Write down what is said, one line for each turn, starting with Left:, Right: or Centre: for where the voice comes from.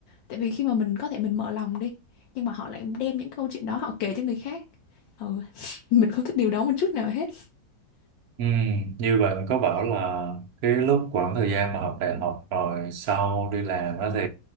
Left: tại vì khi mà mình có thể mình mở lòng đi, nhưng mà họ lại đem những câu chuyện đó họ kể cho người khác. Ừ, <laughs> mình không thích điều đó một chút nào hết.
Right: ừm, như bạn có bảo là cái lúc khoảng thời gian mà học đại học rồi sau đi làm á thì